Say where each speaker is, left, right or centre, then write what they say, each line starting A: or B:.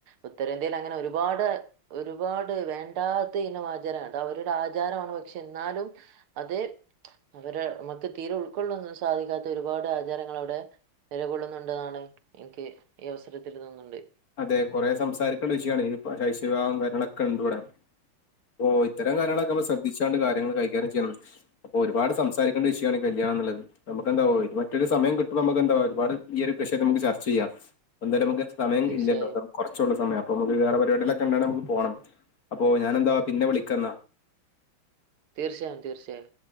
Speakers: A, on the right; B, on the left.
A: ഉത്തരേന്ത്യയിലങ്ങനെ ഒരുപാട് ഒരുപാട് വേണ്ടാത്ത ഇനം ആചാര അതവരുടെ ആചാരമാണ്. പക്ഷെ ഇന്നാലും അതേ- അവര് മ്മക്ക് തീരെ ഉൾക്കൊള്ളും സാധിക്കാത്ത ഒരുപാട് ആചാരങ്ങൾ അവ്ടെ നിലകൊള്ളുന്നുണ്ട്ന്നാണ് ഇൻക്ക് ഈ അവസരത്തില് തോന്നുണ്ട്.
B: അതെ കൊറെ സംസാരിക്കണ്ടവിഷയമാണ്, ഈ ശൈശവിവാഹം കാര്യങ്ങളൊക്കെ ണ്ട്വ്ടെ. ഓഹ്! ഇത്തരം കാര്യങ്ങളൊക്കെ മ്മള് ശ്രദ്ധിച്ചാണ്ട് കാര്യങ്ങള് കൈകാര്യം ചെയ്യണം, അപ്പൊരുപാട് സംസാരിക്ക ണ്ടഷയാണ്, കല്യാണംന്ന്ള്ളത്. നമ്മക്കെന്താവോ, മറ്റൊരു സമയം കിട്ടുമ്പോ നമ്മക്കെന്താ ഒരുപാട് ഈ ഒരു വെഷയംമ്മക്ക് ചർച്ചെയ്യാ. ഒന്നരമ്മക്ക്‌ സമയം
A: തീർച്ചയായും.
B: ഇല്ലല്ലോ! കുറച്ചൊള്ളു സമയം അപ്പമ്മക്ക് വേറെ പരിപാടിയാളൊക്കെണ്ടാണെങ്കി പോണം അപ്പോ ഞാനെന്താ പിന്നെ വിളിക്കന്നാ.
A: തീർച്ചയായും! തീർച്ചയായും!